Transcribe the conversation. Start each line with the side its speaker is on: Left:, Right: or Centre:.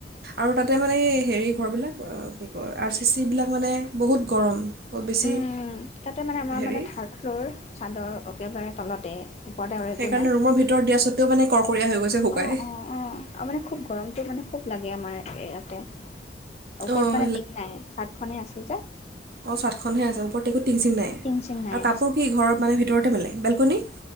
Right: আৰু তাতে মানে হেৰি ঘৰবিলাক। কি কয় আৰ-চি-চিবিলাক মানে বহুত গৰম। অ বেছি
Left: উম তাতে মানে আমাৰ
Right: হেৰি।
Left: মানে থাৰ্ড ফ্ল'ৰ চাদৰ একেবাৰে তলতে ওপৰত আৰু একো
Right: সেইকাৰণে
Left: নাই।
Right: ৰুমৰ ভিতৰত দিয়া স্বত্বেও মানে কৰকৰীয়া হৈ গৈছে শুকাই
Left: অ-অ-অ মানে খুব গৰমতটো মানে খুব লাগে আমাৰ। ইয়াতে। ওপৰত
Right: অঁ
Left: মানে টিং নাই চাট খনে আছে। কি কৈছা।
Right: অ চাডখনহে আছে ওপৰত। একো টিং, চিং নাই
Left: টিং চিং
Right: আৰু
Left: নাই
Right: কাপোৰ কি ঘৰত মানে ভিতৰতে মেলে। বেলকনি